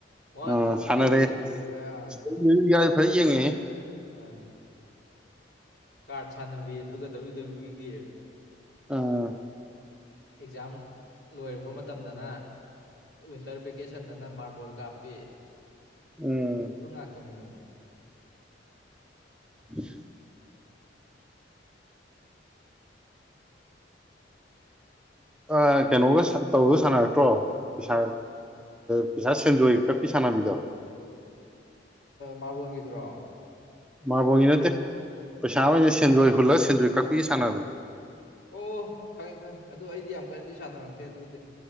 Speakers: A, on the left (about 70°); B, in the centre.
A: ꯋꯥꯟ
B: ꯑꯥ
A: ꯇꯨ
B: ꯁꯥꯟꯅꯔꯛꯑꯦ
A: ꯊ꯭ꯔꯤ ꯇꯧꯅꯗꯅ
B: ꯐꯖꯅ ꯌꯦꯡꯉꯛꯑꯦ
A: ꯎꯝ ꯀꯥꯔꯠ ꯁꯥꯟꯅꯕꯤ ꯑꯗꯨꯒ ꯗꯕ꯭ꯂꯤꯎ ꯗꯕ꯭ꯂꯤꯎꯒꯤ
B: ꯑꯥ
A: ꯑꯦꯛꯖꯥꯝ ꯂꯣꯏꯔꯕ ꯃꯇꯝꯗꯅ ꯋꯤꯟꯇꯔ ꯚꯦꯀꯦꯁꯟꯗꯅ ꯃꯥꯔꯕꯣꯜ ꯀꯥꯞꯄꯤ
B: ꯎꯝ
A: ꯑꯗꯨ ꯉꯥꯛꯇꯅꯤ ꯀꯩꯅꯣ
B: ꯎꯝ ꯑ ꯀꯩꯅꯣꯒ ꯇꯧꯕ ꯁꯥꯟꯅꯔꯛꯇ꯭ꯔꯣ ꯄꯩꯁꯥ ꯄꯩꯁꯥ ꯁꯦꯟꯖꯣꯏ ꯀꯛꯄꯤ ꯁꯥꯟꯅꯕꯤꯗꯣ
A: ꯃꯥꯔꯕꯣꯟꯒꯤꯗ꯭ꯔꯣ
B: ꯃꯥꯔꯕꯣꯡꯒꯤ ꯅꯠꯇꯦ ꯄꯩꯁꯥ ꯑꯣꯏꯅ ꯁꯦꯟꯖꯣꯏ
A: ꯀꯩ
B: ꯍꯨꯜꯂꯒ ꯁꯦꯟꯖꯣꯏ ꯀꯛꯄ ꯄꯤ ꯁꯅꯅꯕ
A: ꯑꯣ ꯈꯪꯉꯦ ꯈꯪꯉꯦ ꯑꯗꯨ ꯑꯩꯗꯤ ꯌꯥꯝ ꯀꯟꯅꯗꯤ ꯁꯥꯟꯅꯔꯛꯇꯦ ꯑꯗꯨꯗꯤ